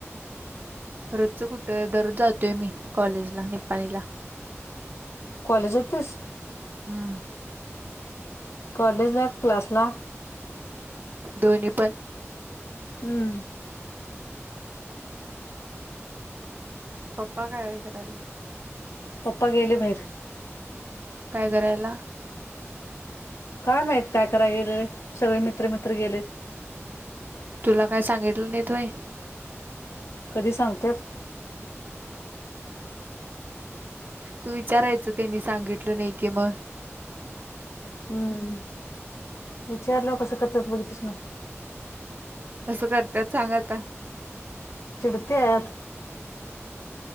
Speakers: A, on the right; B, on the left.
A: रोजच कुठ दररोज जातोय मी कॉलेजला निपाणीला.
B: कॉलेजातस
A: हम्म.
B: कॉलेजला की क्लासला?
A: दोन्ही पण.
B: हम्म.
A: पप्पा काय कराली
B: पप्पा गेले बाहेर.
A: काय करायला?
B: काय माहित काय करायला गेलेले सगळे मित्र मित्र गेले.
A: तुला काय सांगितल नाइत वय?
B: कधी सांगत्यात?
A: तू विचारायच त्यांनी सांगितल नाही की म
B: हम्म विचारल्या व कसं करत्यात बघितलंस नाव
A: कस करतत्यात सांग आता.
B: चिडत्यात.